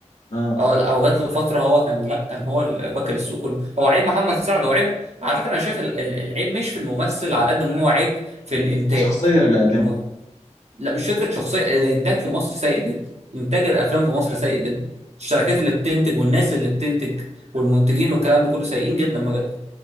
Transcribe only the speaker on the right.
اه لا هو جات له فتره هو كان لا كان هو ال- واكل السوق كله هو عيب محمد سعد وعيب على فكره انا شايف ال- ال- العيب مش في الممثل على قد ما هو عيب في الانتاج
الم- لا مش فكره شخصيه الانتاج في مصر سيء جدا انتاج الافلام في مصر سيء جدا الشركات اللي بتنتج والناس اللي بتنتج والمنتجين والكلام ده كله سيئين جدا بجد